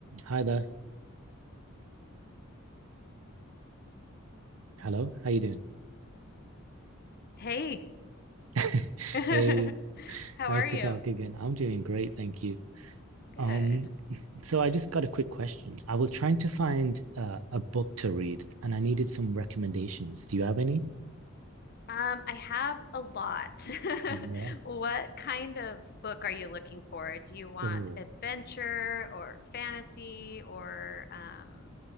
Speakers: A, on the right (about 80°); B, on the left (about 50°).
A: Hi there. Hello. How you doing?
B: Hey,
A: <laughs>
B: <laughs>
A: Hey,
B: how
A: nice
B: are you?
A: to talk again. I'm doing great, thank you.
B: Good.
A: Um, so I just got a quick question. I was trying to find
B: Yeah.
A: uh, a book to read, and I needed some recommendations. Do you have any?
B: Um, I have a lot. <laughs>
A: Yeah.
B: What kind of book are you looking for? Do you want
A: Oh.
B: adventure or fantasy or um,